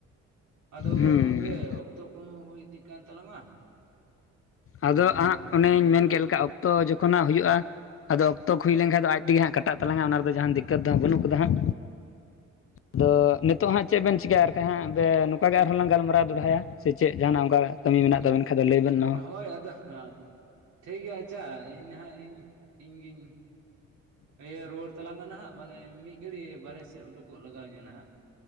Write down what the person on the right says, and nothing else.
ᱟᱫᱚ
ᱜᱚᱝᱠᱮ ᱚᱠ ᱚᱠᱛᱚ ᱠᱚᱦᱚᱸ ᱦᱩᱭ ᱤᱫᱤᱜ ᱠᱟᱱ ᱛᱟᱞᱟᱝ-ᱟ
ᱮᱸ
ᱤᱱᱠᱟᱹ
ᱜᱮᱞᱟᱝ
ᱦᱳᱭ ᱟᱫᱚ ᱦᱟ ᱴᱷᱤᱠ ᱜᱮᱭᱟ ᱟᱪᱪᱷᱟ ᱤᱧ ᱱᱟᱦᱟᱜ ᱤᱧ ᱤᱧᱜᱤᱧ ᱤᱭᱟᱹ ᱨᱩᱣᱟᱹᱲ ᱛᱟᱞᱟᱝᱟ ᱱᱟᱦᱟᱸᱜ ᱢᱟᱱᱮ ᱢᱤᱫ ᱜᱷᱟᱹᱲᱤᱡ ᱵᱟᱨᱦᱮ ᱥᱮᱫ ᱩᱰᱩᱠᱚᱜ ᱞᱟᱜᱟᱣ ᱤᱧᱟᱹ ᱱᱟᱦᱸᱟᱜ